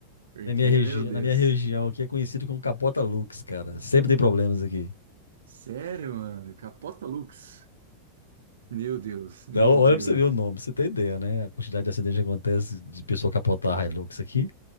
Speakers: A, on the right; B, on the left.
A: Porque,
B: Na minha,
A: meu
B: regi
A: Deus.
B: na minha região aqui é conhecido como capota Lux, cara. Sempre tem problemas aqui.
A: Sério, mano? Capota Lux? Meu Deus,
B: Então,
A: meu
B: olha
A: Deus.
B: pra você ver o nome, pra você tem ideia, né? A quantidade de acidentes que acontece de pessoa capotar a Hilux aqui.